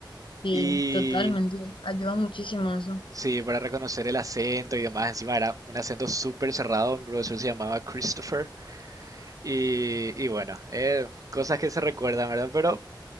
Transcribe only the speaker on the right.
Y
sí, para reconocer el acento y demás, encima era un acento súper cerrado, mi profesor se llamaba Christopher. Y, y bueno, eh, cosas que se recuerdan, ¿verdad? Pero